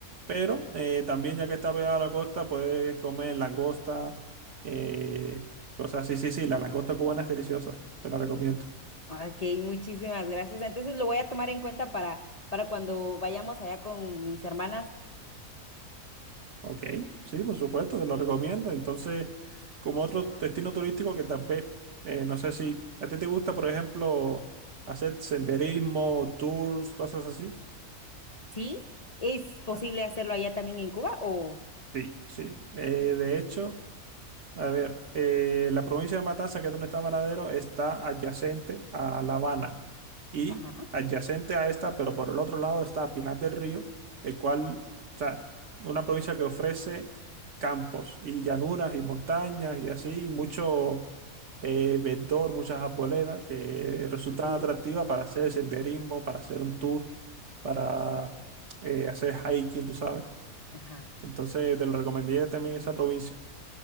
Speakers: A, on the right; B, on the left.
A: Pero eh, también ya que está pegada a la costa, puedes comer langosta, eh, cosas así. Sí, sí, la langosta cubana es deliciosa, te la recomiendo.
B: Ok, muchísimas gracias. Entonces lo voy a tomar en cuenta para, para cuando vayamos allá con mis hermanas.
A: Ok, sí, por supuesto, te lo recomiendo. Entonces, como otro destino turístico que tal vez, eh, no sé si a ti te gusta, por ejemplo, hacer senderismo, tours, cosas así.
B: ¿Sí? ¿Es posible
A: Ah,
B: hacerlo allá también en Cuba o...?
A: sí, sí. Eh, de hecho, A ver, eh, la provincia de Matanza, que es donde está Varadero, está adyacente a La Habana y
B: Ajá.
A: adyacente a esta, pero por el otro lado está Pinar del Río, el cual, o sea, una provincia que ofrece campos y llanuras y montañas y así, y mucho eh, verdor, muchas arboledas que resultan
B: ujú,
A: atractivas para hacer senderismo, para hacer un tour, para eh, hacer hiking, tú sabes.
B: Ajá.
A: Entonces, te lo recomendé también esa provincia.